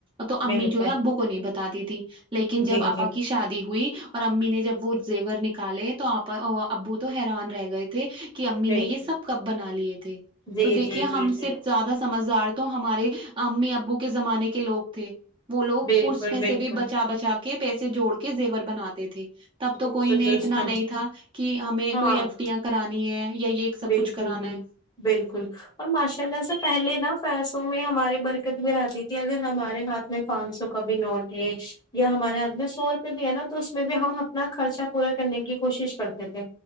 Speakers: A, on the right; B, on the left.
A: تو امی
B: بالکل
A: جو ہے ابو کو نہیں بتاتی تھی لیکن جب
B: جی
A: آپا
B: جی
A: کی شادی ہوئی اور امی نے جب وہ زیور نکالے تو اپ ابو تو حیران رہ گئے تھے کہ امی
B: بالکل
A: نے یہ سب کب بنا لیے تھے
B: جی
A: تو دیکھیے
B: جی
A: ہم
B: جی جی
A: سے زیادہ بازار تو ہمارے امی ابو کیے زمانے کے لوگ تھے وہ لوگ
B: بالکل
A: اس میں سے
B: بالکل
A: بھی بچا بچا کر کے پیسے جوڑ کے زیور بناتے تھے تب
B: بالکل
A: تو کوئی نے
B: درست
A: اتنا
B: ہم-
A: نہیں تھا کہ ہمیں
B: ہاں
A: کوئی ایف ڈیاں کرانی ہے یا یہ سب
B: بالکل
A: کچھ کرانا
B: بالکل
A: ہے
B: بالکل اور ماشاء اللہ سے پہلے نا پیسوں میں ہمارے برکت بھی رہتی تھی اگر ہمارے ہاتھ پانچ سو کا بھی نوٹ ہے یا ہمارے ہاتھ میں سو روپے بھی ہے نا تو اس میں بھی ہم اپنا خرچہ پورا کرنے کی کوشش کرتے تھے